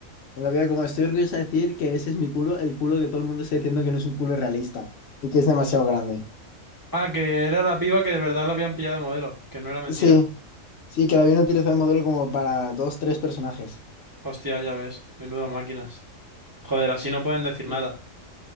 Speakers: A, on the left (about 60°); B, on the right (about 30°).
A: Y La piba como, estoy orgullosa de decir que ese es mi culo, el culo que todo el mundo está diciendo que no es un culo realista y que es demasiado grande.
B: Ah, que era la piba que de verdad la habían pillado de modelo, que no era mentira.
A: Sí, sí, que la habían utilizado de modelo como para dos, tres personajes.
B: Hostia, ya ves, menudas máquinas. Joder, así no pueden decir
A: Sí.
B: nada.